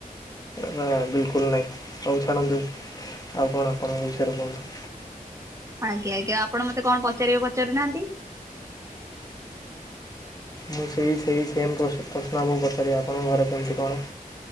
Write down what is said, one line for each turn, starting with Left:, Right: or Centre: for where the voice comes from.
Left: ରା ବିଲକୁଲ ନାହିଁ, ହଉ ଛାଡ଼ନ୍ତୁ ଆଉ କଣ ଆପଣଙ୍କ ବିଷୟରେ କୁହନ୍ତୁ।
Right: ଆଜ୍ଞା ଆଜ୍ଞା ଆପଣ ମତେ କଣ ପଚାରିବେ ପଚାରୁନାହାନ୍ତି?
Left: ମୁଁ ସେଇ ସେଇ ସେମ୍ ପ୍ରଶ୍ନକୁ ପଚାରିବି ଆପଣଙ୍କ ଘରେ କେମିତି କଣ?